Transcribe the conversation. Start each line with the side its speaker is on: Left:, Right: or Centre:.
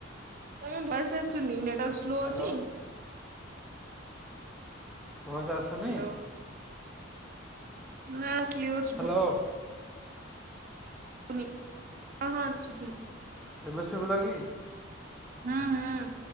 Right: ତମ ଭଏସ ଆସୁନି ନେଟୱାର୍କ ସ୍ଲୋ
Centre: ହ୍ୟାଲୋ
Right: ଅଛି।
Centre: ଭଏସ ଆସୁନି?
Right: ହ୍ୟାଲୋ ନା କ୍ଲିୟର ସୁବୁ
Centre: ହ୍ୟାଲୋ
Right: ନି ହଁ ହଁ ସୁବିଲା।
Centre: ଏବେ ସୁବିଲା କି?
Right: ହୁଁ ହୁଁ